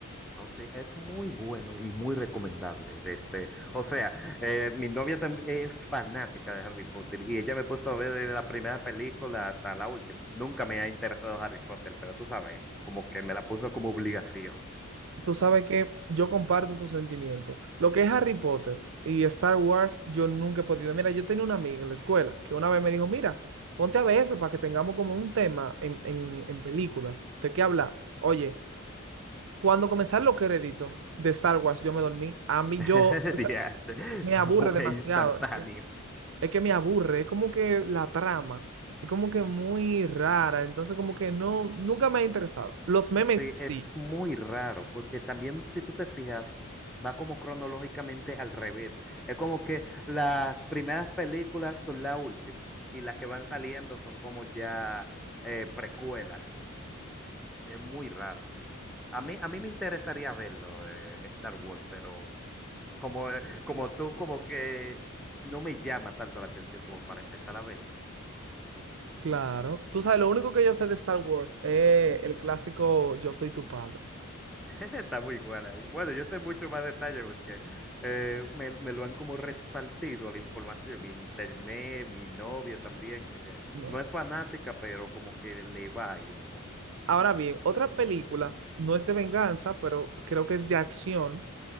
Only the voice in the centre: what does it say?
O sea, es muy bueno y muy recomendable. de este. O sea, eh, mi novia también es fanática de Harry Potter y ella me puso a ver desde la primera película hasta la última. Nunca me ha interesado Harry Potter, pero tú sabes, como que me la puso como obligación.
<laughs>
Diache,
fue
instantáneo.
Sí,
es muy raro, porque también si tú te fijas, va como cronológicamente al revés. Es como que las primeras películas son las últimas y las que van saliendo son como ya eh, precuelas. Es muy raro. A mí, a mí me interesaría verlo, eh, Star Wars, pero como, como tú, como que no me llama tanto la atención como para empezar a verla.
está muy igual ahí. Bueno, yo sé mucho más detalle porque eh, me, me lo han como repartido la información. Internet, mi novia también, que
no es fanática, pero como que le va ahí un poco.